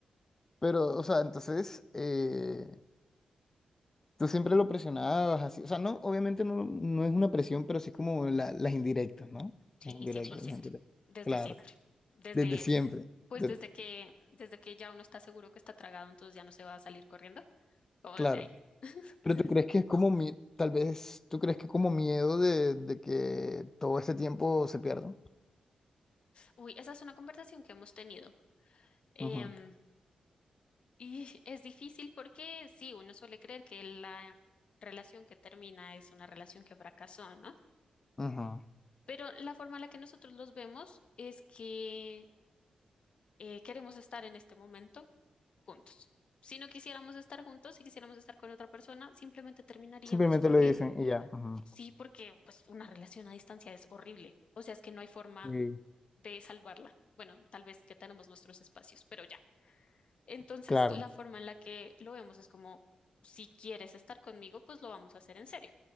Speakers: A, on the left; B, on the left.
A: Pero, o sea, entonces, eh, tú siempre lo presionabas así. O sea, no, obviamente no, no es una presión, pero sí como la- las indirectas, ¿no?
B: Sí,
A: Las indirectas,
B: cien por ciento.
A: Sí. las indirectas.
B: desde
A: Claro,
B: siempre. Desde,
A: desde siempre.
B: pues
A: de-
B: desde que, desde que ya uno está seguro que está tragado, entonces ya no se va a salir corriendo, como
A: claro.
B: desde ahí. <laughs>
A: Pero tú crees que es como, mi- tal vez, tú crees que como miedo de, de que todo este tiempo se pierda.
B: Uy, esa es una conversación que hemos tenido. Em,
A: Ujú,
B: Y es difícil porque sí, uno suele creer que la relación que termina es una relación que fracasó, ¿no?
A: ujú.
B: Pero la forma en la que nosotros los vemos es que eh, queremos estar en este momento juntos. Si no quisiéramos estar juntos, si quisiéramos estar con otra persona, simplemente terminaríamos
A: Simplemente
B: porque
A: lo dicen y ya. Ujú.
B: sí, porque pues una relación a distancia es horrible. O sea, es que no hay forma
A: Y
B: de salvarla. Bueno, tal vez que tenemos nuestros espacios, pero ya. Entonces,
A: claro.
B: la forma en la que lo vemos es como, si quieres estar conmigo, pues lo vamos a hacer en serio.